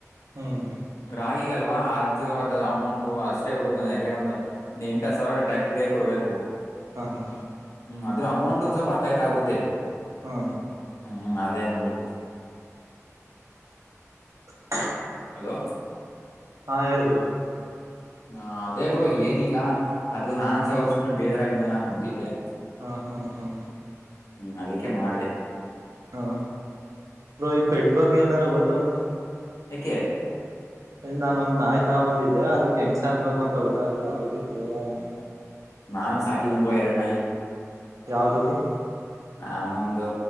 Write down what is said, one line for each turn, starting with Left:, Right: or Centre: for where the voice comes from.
Right: ಹ್ಮ್
Left: ರಾಗಿಗಲ್ವಾ ಅದು ಅದು ಅಮೌಂಟು ಅಷ್ಟು ಅಷ್ಟೇ ಹೋಗುದು ಯಾಕ್ರೆ ಒಂದು ಎಂಟ ಸಾವಿರ ಡಾಕ್ಟರಿಯೇ ಕೊಡ್ಬೇಕು
Right: ಹಾ ಹಾ
Left: ಹ್ಮ್ ಅದ್ರ ಅಮೌಂಟ್ ಒಂದ್ ಸ್ವಲ್ಪ ಹತ್ತೈತ ಆಗುತ್ತೆ
Right: ಹ್ಮ
Left: ಹ್ಮ್ ಅದೇ ನೋಡಿ
Right: ಹ
Left: ಹಲೋ
Right: ಹಾ ಹೇಳಬರು
Left: ಹ ಅದೇ ಬ್ರೋ ಏನಿಲ್ಲ ಅದು ನಾನೊಂದಸವ
Right: ಹ್ಮ್
Left: ಸುಮ್ಮ್ನೆ ಬೇಜಾರಾಗಿದ್ದನಲ್ಲ ಅ ಕುಂತಿದ್ದೆ
Right: ಹಾ ಹಾ ಹಾ
Left: ಹ್ಮ್ ಅದಕ್ಕೆ ಮಾಡ್ದ
Right: ಹಾ ಬೋ ಈ ಪೆಟ್ ಬಗ್ಗೆ ಏನಾರು ಗೊತ್ತಬ್ರ
Left: ಎಕ್ಕೆೆ.
Right: ಇ ನಾನೊಂದ್ ನಾಯಿ ತಗೊ ಬಂದಿದ್ದೆ ಅದಕ್ಕೆ ಹೆಂಗ್ ಸಾಕ್ಬೇಕು ಅಂತ ಗೊತ್ತಾಗ್ಲಿಲ್ಲ ಅದಕ್ಕೆ ಕೇಳಣ ಅಂತ.
Left: ನಾನು ಸಾಕಿದೀನ್ಬ್ರೋ ಎರಡ್ ನಾಯಿ.
Right: ಯಾವ್ದೊ ಬ್ರೋ.
Left: ನಾನು ಒಂದು